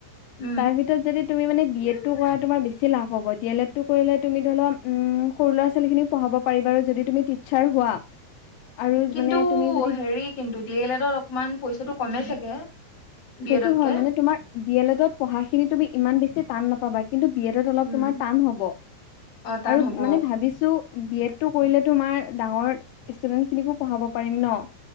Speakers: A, on the left; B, on the left.
A: উম
B: তাৰ ভিতৰত যদি তুমি মানে বি এডটো কৰাই তোমাৰ বেছি লাভ হব, ডিঅলড টো কৰিলে তুমি ধৰি লোৱা সৰু লৰা ছোৱালী খিনিক পঢ়াব পাৰিবা যদি তুমি টিছাৰ হোৱা, আৰু
A: কিন্তু
B: মানে তুমি যদি
A: হেৰি কিন্তু ডি এল এডত অকমান পইচাটো কমে চাগে। বি
B: সেইটো
A: এডতকে
B: হয় মানে তোমাৰ ডি এল এডত পঢ়াখিনি তুমি ইমান বেছি টান নাপাবা। কিন্তু বিয়েডত অলপ
A: উম
B: তোমাৰ টান হ'ব।
A: অ টান
B: আৰু
A: হ'ব
B: মানে ভাবিছো বিএড টো কৰিলে তোমাৰ ডাঙৰ ষ্টুডেন্ট খিনিকো পঢ়াব। পাৰিম নহ